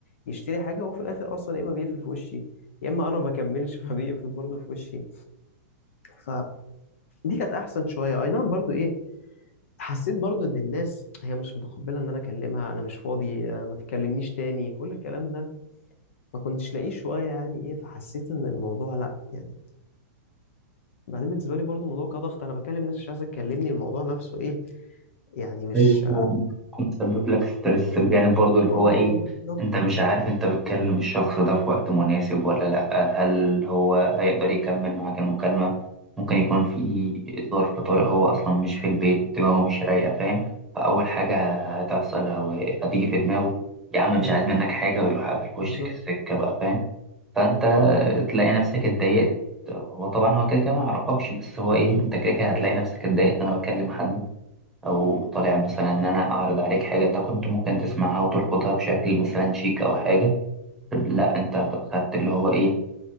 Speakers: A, on the left; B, in the centre.
A: يشتري حاجة وهو في الاخر اصلا يا اما بيقفل في وشي يا اما انا ما بكملش <laughs> فبيقفل برضه في وشي فدي كانت احسن شويه اي نعم برضو ايه حسيت برضو ان الناس هي مش متقبله ان انا اكلمها انا مش فاضي آه، ما تكلمنيش تاني كل الكلام ده ما كنتش لاقيه شويه يعني ايه فحسيت ان الموضوع لا يعني بعدين بالنسبه لي برضو الموضوع كضغط انا بكلم ناس مش عايزه تكلمني الموضوع نفسه ايه يعني مش
B: ايوه هو ممكن يكون مسبب لك ستريس بجانب برضو اللي
A: اه
B: هو ايه
A: بالظبط
B: انت مش عارف انت بتكلم الشخص ده في وقت مناسب ولا لا هل هو هيقدر يكمل معاك المكالمة ممكن يكون في ظرف طارئ هو اصلا مش في البيت دماغه مش رايقة فاهم فاول حاجة هتحصل هو هتيجي في دماغه يا عم
A: امم
B: مش عايز منك حاجة ويروح قافل في وشك
A: بالظبط
B: السكة بقى فاهم فانت تلاقي نفسك اتضايقت هو طبعا هو كده كده ما يعرفكش بس هو ايه انت كده كده هتلاقي نفسك اتضايقت انا بكلم حد او طالع مثلا ان انا اعرض عليك حاجه انت كنت ممكن تسمعها وترفضها بشكل مثلا شيك او حاجه لا انت خدت اللي هو ايه